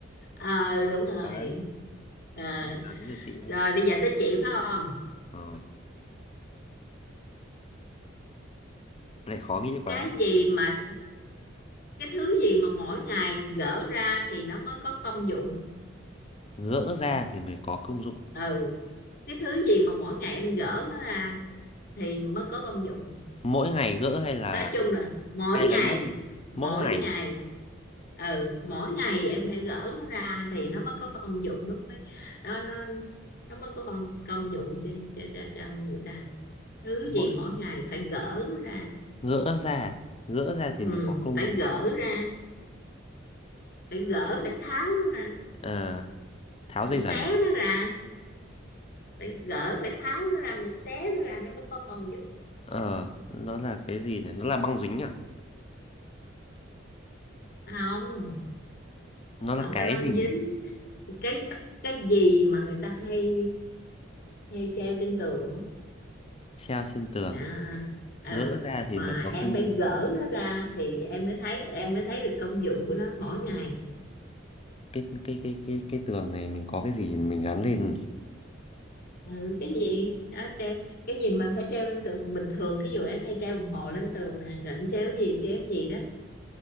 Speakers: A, on the left; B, on the left.
A: ờ, đúng rồi
B: đấy
A: Ờ,
B: giờ đến lượt chị đấy
A: rồi bây giờ tới chị phải không
B: rồi lại khó nghĩ quá
A: cái gì mà cái thứ gì mà mỗi ngày gỡ ra thì nó mới có công dụng
B: gỡ ra thì mới có công dụng
A: ừ cái thứ gì mà mỗi ngày em gỡ nó ra thì mới có công dụng
B: mỗi ngày gỡ hay là
A: nói chung là mỗi
B: hay là
A: ngày
B: lúc
A: mỗi
B: mỗi ngày
A: ngày
B: à?
A: ừ mỗi ngày em phải gỡ nó ra thì nó mới có công dụng nó mới nó nó nó mới có công công dụng cho cho cho, cho người ta thứ
B: mỗi
A: gì mỗi ngày phải gỡ nó ra
B: gỡ ra gỡ ra thì
A: ừ,
B: mới có công
A: phải
B: dụng
A: gỡ ra phải gỡ phải tháo nó ra
B: à, tháo
A: phải
B: dây
A: xé
B: giày à
A: nó ra phải gỡ phải tháo nó ra phải xé nó ra nó mới có công dụng
B: ờ nó là cái gì nhỉ nó là băng dính à
A: không
B: nó là
A: không
B: cái
A: phải băng
B: gì nhỉ
A: dính cái cái gì mà người ta hay hay treo trên tường á,
B: treo trên tường
A: đó ừ.
B: gỡ ra thì
A: mà
B: mới có công
A: em phải
B: dụng
A: gỡ nó ra thì em mới thấy em mới thấy được công dụng của nó mỗi ngày
B: cái cái cái cái cái tường này mình có cái gì mình gắn lên nhỉ
A: ừ. cái gì đó, tre- cái gì mà em phải treo lên tường bình thường thí dụ em hay treo đồng hồ lên tường nè rồi em treo cái gì treo cái gì đó